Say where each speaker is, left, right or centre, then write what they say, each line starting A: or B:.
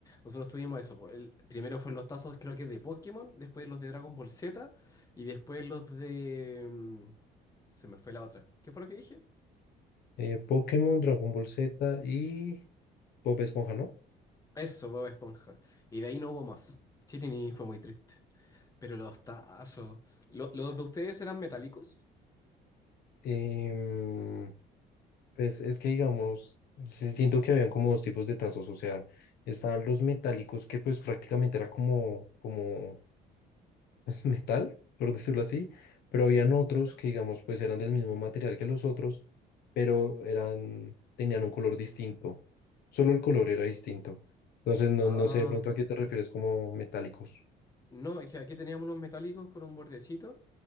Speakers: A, on the left (about 20°); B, on the left (about 70°).
A: nosotros tuvimos eso. po. El, primero fueron los tazos, creo que de Pokémon, después los de Dragon Ball Z y después los de... mm, se me fue la otra. ¿Qué fue lo que dije?
B: Eh, Pokémon, Dragon Ball Z y Bob Esponja, ¿no?
A: Eso, Bob Esponja. Y de ahí no hubo más. Chirini fue muy triste. Pero los tazos. ¿Lo- ¿Los de ustedes eran metálicos?
B: Em, pues es que digamos, sí siento que habían como dos tipos de tazos, o sea, estaban los metálicos que pues prácticamente era como, como <laughs> es metal, por decirlo así, pero habían otros
A: Claro.
B: que, digamos, pues eran del mismo material que los otros, pero eran, tenían un color distinto. Solo el color era distinto. Entonces, no,
A: Ah,
B: no sé de pronto a qué te refieres como metálicos.
A: no, es que aquí teníamos unos metálicos con un bordecito.